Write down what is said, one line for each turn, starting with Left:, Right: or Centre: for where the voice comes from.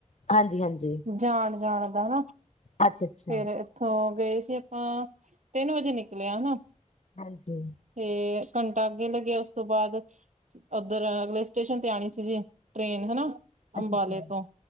Left: ਹਾਂਜੀ ਹਾਂਜੀ
Right: ਜਾਣ ਜਾਣ ਦਾ, ਹੈ ਨਾ
Left: ਅੱਛਾ ਅੱਛਾ
Right: ਫੇਰ ਇੱਥੋਂ ਗਏ ਸੀ ਆਪਾਂ, ਤਿੰਨ ਵਜੇ ਨਿਕਲੇ ਆ ਹੈਨਾ।
Left: ਹਾਂਜੀ
Right: ਤੇ ਘੰਟਾ ਅੱਗੇ ਲੱਗਿਆ, ਉਸ ਤੋਂ ਬਾਅਦ ਉਧਰ ਅਗਲੇ ਸਟੇਸ਼ਨ ਤੇ ਆਣੀ ਸੀ। ਜੇ ਟ੍ਰੇਨ ਹੈ ਨਾ।
Left: ਅੱਛਾ
Right: ਅੰਬਾਲੇ
Left: ਅੱਛਾ
Right: ਤੋਂ,